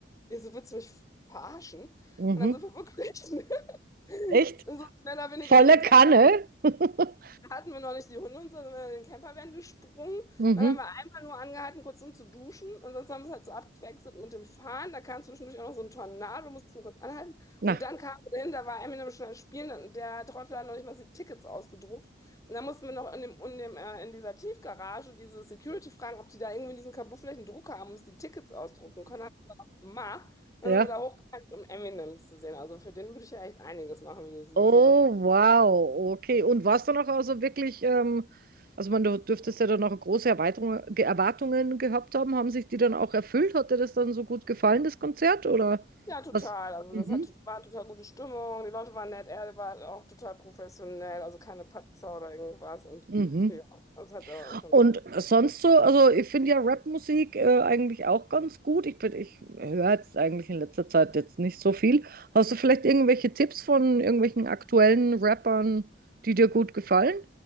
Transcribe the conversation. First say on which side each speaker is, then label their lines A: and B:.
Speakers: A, on the left; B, on the right.
A: Ich so, willst du mich verarschen? Und
B: mhm.
A: dann sind wir wirklich, <laughs>
B: Echt?
A: so mehr oder weniger
B: Volle
A: in den Camper
B: Kanne? <laughs>
A: hatten wir noch nicht die Hunde und so, sind wir in den Campervan gesprungen.
B: Mhm.
A: Dann haben wir einmal nur angehalten, kurz um zu duschen. Und sonst haben wir es halt so abgewechselt mit dem Fahren. Da kam zwischendurch auch noch so ein Tornado, mussten kurz anhalten.
B: Na.
A: Und dann kamen wir hin, da war Eminem schon am Spielen. Dann, der Trottel hat noch nicht mal die Tickets ausgedruckt. Und dann mussten wir noch in dem, in dem, äh, in dieser Tiefgarage diese Security fragen, ob die da irgendwie in diesem Kabuff vielleicht einen Drucker haben, um uns die Tickets ausdrucken können. Haben wir auch gemacht. Dann
B: Ja.
A: sind wir da hochgegangen, um Eminem zu sehen. Also für den würde ich ja echt einiges machen, wie du siehst,
B: Oh,
A: ja.
B: wow. Okay. Und war es dann auch also wirklich, ähm, also man, du dürftest ja dann auch große Erweiterung, Ge- Erwartungen gehabt haben. Haben sich die dann auch erfüllt? Hat dir das dann so gut gefallen, das Konzert? Oder
A: Ja, total.
B: was?
A: Also
B: Mhm.
A: das hatte, war eine total gute Stimmung. Die Leute waren nett, er war auch total professionell, also keine Patzer oder irgendwas. Und
B: Mhm.
A: ja, das hat er schon.
B: Und sonst so, also ich finde ja Rapmusik äh, eigentlich auch ganz gut. Ich, bin- ich höre jetzt eigentlich in letzter Zeit jetzt nicht so viel. Hast du vielleicht irgendwelche Tipps von irgendwelchen aktuellen Rappern, die dir gut gefallen?